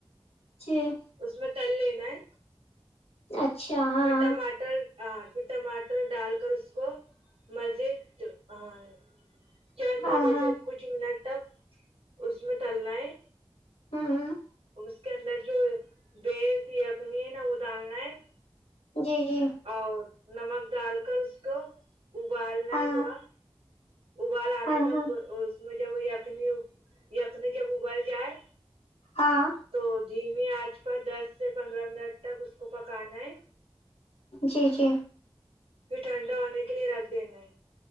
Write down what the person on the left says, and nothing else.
جی
اچھا ہاں
ہاں ہاں
ہاں
ھمم ھمم
جی جی
ہاں
ہاں
ہاں
ہاں
جی جی